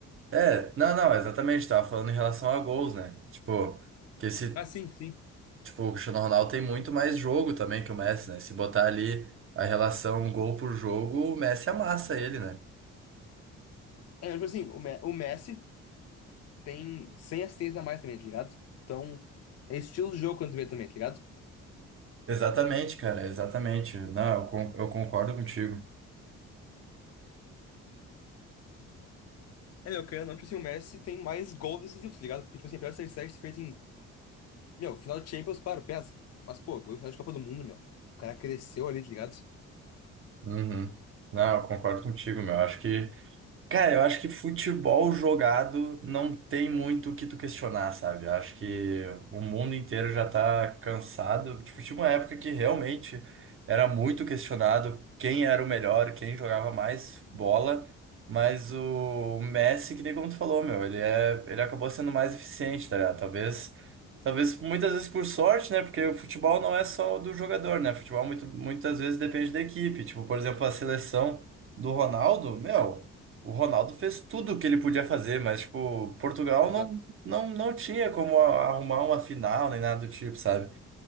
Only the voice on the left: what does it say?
Ah, sim, sim.
É, tipo assim, o, Me- o Messi tem 100 assistências a mais também, tá ligado? Então, é estilo de jogo quando tu vê também, tá ligado?
É, meu, querendo ou não, tipo assim, o Messi tem mais gols decisivos, tá ligado? Porque, tipo assim, apesar de ser 7 feito em. Meu, final de Champions, claro, pesa. Mas, pô, gol em final de Copa do Mundo, meu. O cara cresceu ali, tá ligado?
Exato.